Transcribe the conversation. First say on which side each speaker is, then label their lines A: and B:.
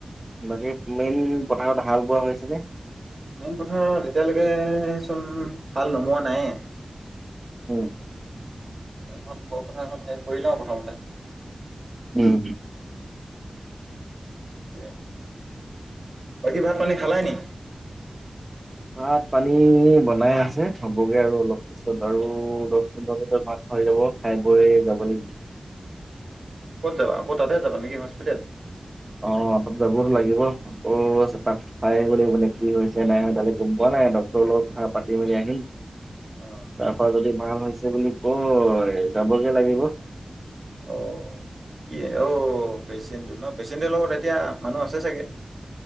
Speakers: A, on the right (about 25°); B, on the right (about 65°).
A: বাকী মেইন পথাৰত হাল বোৱা হৈছেনে?
B: মেইন পথাৰত, এতিয়ালৈকেচোন হাল নোমোৱা নাই।
A: উম!
B: এইখন ঘৰ পথাৰখন শেষ কৰিলা প্ৰথমতে?
A: উম!
B: <unintelligible> বাকী, ভাত পানী খালায় নি?
A: ভাত পানী বনাই আছে হ'বগে আৰু অলপ পিছত আৰু দহ, পোন্ধৰ ভিতৰত ভাত হৈ যাব। খাই বৈ যাব লাগি
B: ক'ত যাবা? আকৌ তাতে যাবা নেকি হস্পিতাল?
A: অ' অলপ যাবটো লাগিব। আকৌ তাত চাই আহিব লাগিব। কি হৈছে, নাই গম পোৱা নাই। ডক্টৰৰ লগত কথা পাতি মেলি আহিম।
B: অ'।
A: তাৰপা যদি ভাল হয় আছে বুলি কয় <unintelligible> বগে লাগিব।
B: অ', কি অঔ পেচেণ্টটো ন? পেচেণ্টৰ লগত এতিয়া মানুহ আছে চাগে,